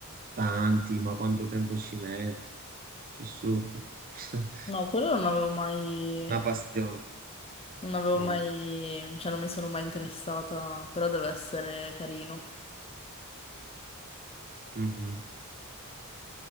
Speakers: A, on the right; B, on the left.
A: tanti, ma quanto tempo ci mette? C'è assurdo. <laughs>
B: No, quello non avevo mai,
A: Una passione,
B: non avevo
A: sono.
B: mai, cioè non mi sono mai interessata, però deve essere carino.
A: Mhm.